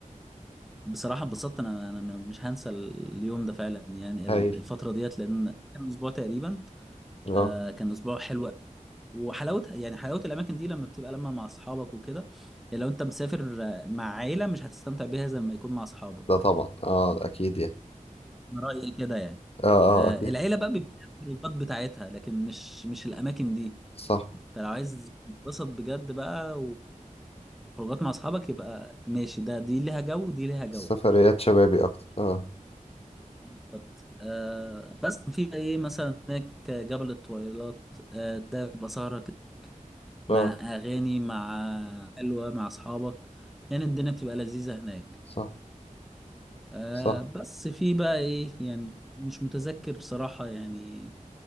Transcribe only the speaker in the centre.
بصراحة اتبسطت انا انا م- مش هنسى اليوم ده فعلا يعني ال-
الفترة ديت لان كان اسبوع تقريبا
آه كان اسبوع حلو وحلاوة يعني حلاوة الاماكن دي لما بتبقى لما مع اصحابك وكده يعني لو انت مسافر آه، مع عيلة مش هتستمتع بيها زي لما يكون مع اصحابك
من رأيي كده يعني
آه
العيلة بقى بيبقى لها الخروجات بتاعتها لكن مش مش الاماكن دي
انت لو عايز تتبسط بجد بقى خروجات مع اصحابك يبقى ماشي ده دي ليها جو ودي ليها جو
بالظبط آه بس في بقى ايه مثلا هناك جبل الطويلات آه ده بيبقى سهرة كده مع
اغاني مع حلوة مع اصحابك يعني الدنيا بتبقى لذيذة هناك
آه
بس في بقى ايه يعني مش متذكر بصراحة يعني